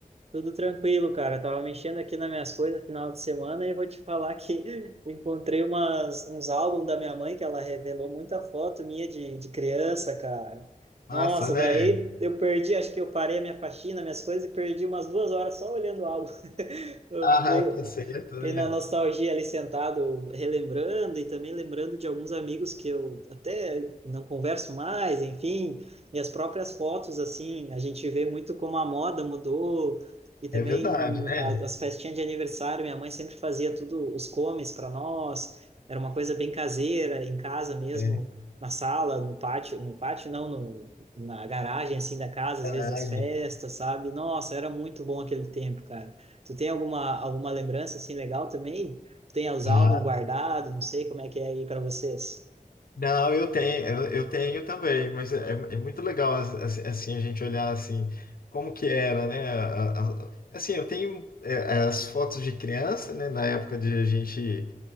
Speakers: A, on the right; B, on the left.
A: Tudo tranquilo, cara. Tava mexendo aqui nas minhas coisas final de semana e vou te falar que <laughs> encontrei umas, uns álbuns da minha mãe que ela revelou muita foto minha de, de criança, cara.
B: Massa,
A: Nossa,
B: né?
A: daí eu perdi, acho que eu parei a minha faxina, minhas coisas e perdi umas duas horas só olhando o álbum. <laughs> Eu
B: Ah,
A: dei-
B: tá certo,
A: Fiquei
B: né?
A: na nostalgia ali sentado, relembrando e também lembrando de alguns amigos que eu até não converso mais, enfim, e as próprias fotos, assim, a gente vê muito como a moda mudou e também
B: É verdade, né?
A: a- as festinhas de aniversário, minha mãe sempre fazia tudo, os comes para nós. Era uma coisa bem caseira, em casa mesmo,
B: É,
A: na sala, no pátio, no pátio não, no, na garagem assim da casa,
B: caralho.
A: às vezes as festas, sabe? Nossa, era muito bom aquele tempo, cara. Tu tem alguma alguma lembrança assim legal também? Tem os
B: Ah,
A: álbuns guardados, não sei como é que é aí para vocês.
B: não, eu tenho, eu, eu tenho também, mas é, é muito legal as- as- assim a gente olhar assim como que era, né? A- a- Assim, eu tenho é, as fotos de criança, né? Na época de a gente